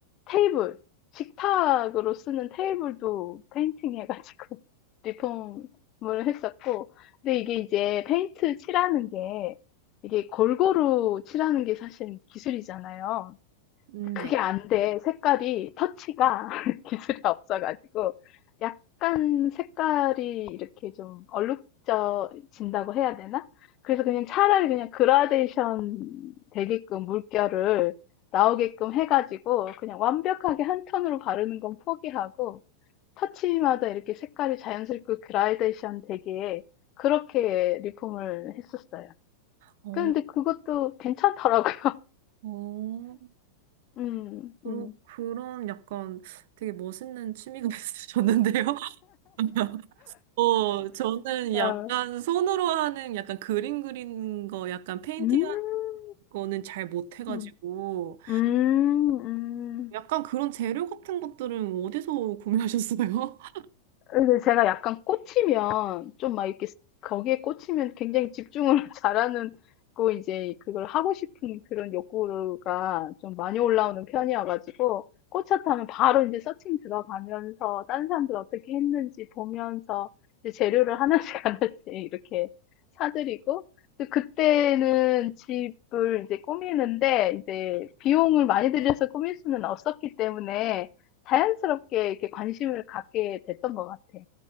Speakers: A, on the left; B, on the right.
A: 테이블, 식탁으로 쓰는 테이블도 페인팅 해가지고 <laughs> 리폼을 했었고, 근데 이게 이제 페인트 칠하는 게, 이게 골고루 칠하는 게 사실 기술이잖아요.
B: 음.
A: 그게
B: 네.
A: 안 돼. 색깔이, 터치가 <laughs> 기술이 없어가지고, 약간 색깔이 이렇게 좀 얼룩져진다고 해야 되나? 그래서 그냥 차라리 그냥 그라데이션 되게끔 물결을 나오게끔 해가지고, 그냥 완벽하게 한 톤으로 바르는 건 포기하고, 터치마다 이렇게 색깔이 자연스럽게 그라데이션 되게, 그렇게 리폼을 했었어요.
B: 어,
A: 근데 그것도 괜찮더라고요. <laughs>
B: 어.
A: 음,
B: 그런,
A: 음,
B: 그런 약간 되게 멋있는 취미가 <laughs> 있으셨는데요. <laughs> 어, 저는
A: 어.
B: 약간 손으로 하는 약간 그림 그리는 거 약간 페인팅
A: 음.
B: 거는 잘 못해가지고
A: 음. 음, 음.
B: 약간 그런 재료 같은 것들은 어디서 구매하셨어요? <laughs>
A: 근데 제가 약간 꽂히면, 좀 막 이렇게, 스- 거기에 꽂히면 굉장히 집중을 <laughs> 잘하는, 고 이제 그걸 하고 싶은 그런 욕구가 좀 많이 올라오는 편이어가지고, 꽂혔다면 바로 이제 서칭 들어가면서, 다른 사람들 어떻게 했는지 보면서, 이제 재료를 하나씩 <laughs> 하나씩 이렇게 사들이고, 또 그때는 집을 이제 꾸미는데, 이제 비용을 많이 들여서 꾸밀 수는 없었기 때문에, 자연스럽게 이렇게 관심을 갖게 됐던 것 같아.